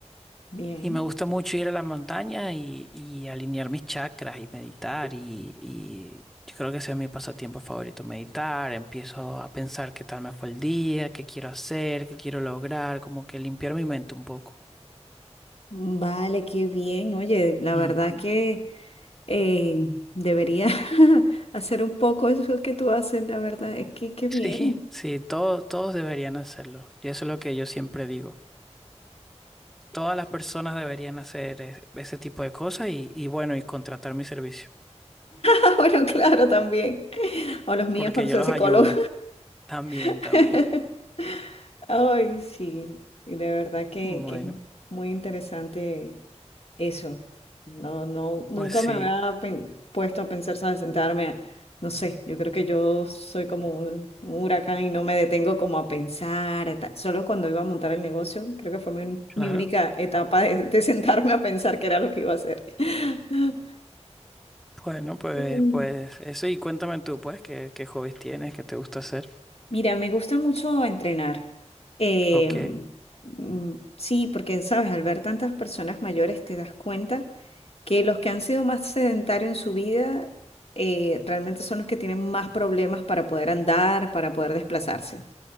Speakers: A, on the left; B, in the centre.
A: Bien.
B: Y me gusta mucho ir a las montañas y, y alinear mis chakras y meditar. Y, y yo creo que ese es mi pasatiempo favorito, meditar. Empiezo a pensar qué tal me fue el día, qué quiero hacer, qué quiero lograr, como que limpiar mi mente un poco.
A: Vale, qué bien. Oye, la
B: Ujú.
A: verdad que
B: <laughs>
A: eh, debería <laughs> hacer un poco eso que tú haces, la verdad, es que qué bien.
B: Sí,
A: <laughs>
B: sí, todos, todos deberían hacerlo. Y eso es lo que yo siempre digo. Todas las personas deberían hacer es- ese tipo de cosas y, y bueno, y contratar mi servicio,
A: Ah, Bueno, claro, también. O los míos
B: porque
A: cuando
B: yo
A: sea
B: los
A: psicólogo.
B: ayudo también,
A: <laughs>
B: también.
A: Ay, sí, y de verdad que,
B: Bueno,
A: que es muy interesante Eso, no, no, nunca
B: pues sí,
A: me había pen- puesto a pensar, ¿sabes? Sentarme, no sé, yo creo que yo soy como un, un huracán y no me detengo como a pensar, a ta- solo cuando iba a montar el negocio, creo que fue mi,
B: claro.
A: mi única etapa de, de sentarme a pensar qué era lo que iba a hacer. <laughs>
B: Bueno, pues,
A: Sí.
B: pues eso y cuéntame tú, pues, qué, qué hobbies tienes, qué te gusta hacer.
A: Mira, me gusta mucho entrenar. Eh,
B: Ok,
A: mm, sí, porque, sabes, al ver tantas personas mayores te das cuenta que los que han sido más sedentarios en su vida eh, realmente son los que tienen más problemas para poder andar, para poder desplazarse.